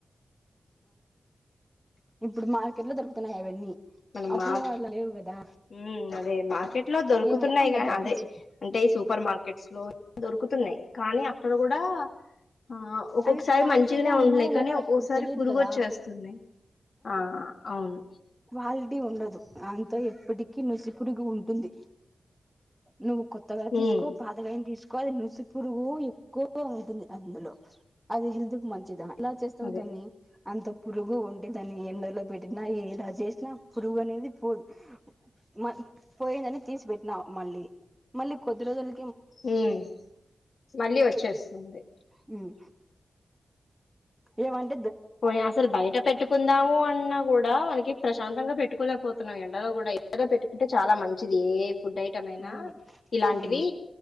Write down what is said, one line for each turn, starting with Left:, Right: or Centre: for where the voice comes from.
Centre: ఇప్పుడు మార్కెట్ లో దొరుకుతున్నాయి అవన్నీ.
Left: మన
Centre: అప్పులో
Left: మార్
Centre: అట్లా లేవు కదా
Left: హ్మ్ అదే మార్కెట్ లో దొరుకుతున్నాయిగా
Centre: ఏమిటే ఇంగ డబ్బుకు
Left: అదే అంటే ఈ సూపర్ మార్ కెట్స్ లో దొరుకుతున్నాయి కానీ అక్కడ కూడా ఆ ఒక్కొక్కసారి
Centre: అవి క్వాలిటీగా
Left: మంచిగనే ఉంట్నై.
Centre: ఉన్నాయా
Left: కానీ
Centre: లేవా
Left: ఒకోసారి
Centre: తెలియదు
Left: పురుగు
Centre: కదా
Left: ఒచ్చేస్తున్నాయి ఆ అవును.
Centre: క్వాలిటీ ఉండదు. ఆంతో ఎప్పటికీ నుసిపురుగు ఉంటుంది. నువ్వు కొత్తగా తీస్
Left: ఉమ్
Centre: ఏదైన తీసుకో అది నుసిపురుగూ ఎక్కువగా ఉంటుంది అందులో, అది హెల్త్ కు మంచిద ఎలా చేస్తవు
Left: అదే
Centre: దాన్ని? అంత పురుగు ఉంటే దాన్ని ఎండలో పెట్టినా ఏలా చేసినా పురుగు అనేది పోదు, మ పోయిందని తీసి పెెట్టినా మల్లీ మల్లీ కొద్ తిరగల్
Left: హ్మ్ మళ్లీ వచ్చేస్తుంది.
Centre: హ్మ్ ఏవన్
Left: పోనీ అసలు బయట పెట్టుకుందావూ అన్నా కూడా మనకి ప్రశాంతంగా పెట్టుకోలేపోతున్నాం ఎండలో కూడా <unintelligible> పెట్టుకుంటే చాలా మంచిదీ. ఫుడ్ ఐటం అయినా
Centre: ఉమ్
Left: ఇలాంటివీ
Centre: అవును